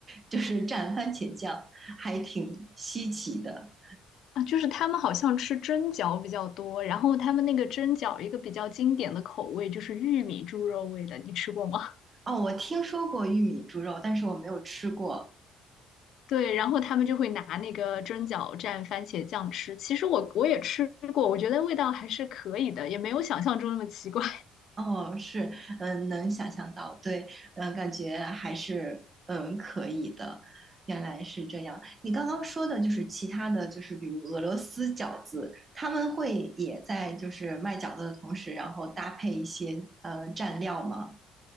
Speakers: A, on the right; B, on the left.
A: 就是蘸番茄酱，还挺稀奇的。
B: 啊，就是他们好像吃蒸饺比较多，然后他们那个蒸饺一个比较经典的口味就是玉米猪肉味的，你吃过吗？
A: 哦，我听说过玉米猪肉，但是我没有吃过。
B: <laughs> 对，然后他们就会拿那个蒸饺蘸番茄酱吃。其实我我也吃过，我觉得味道还是可以的，也没有想象中那么奇怪。
A: 哦，是，嗯，能想象到，对，嗯，感觉还是嗯可以的，原来是这样。你刚刚说的就是其他的就是比如俄罗斯饺子，他们会也在就是卖饺子的同时，然后搭配一些呃蘸料吗？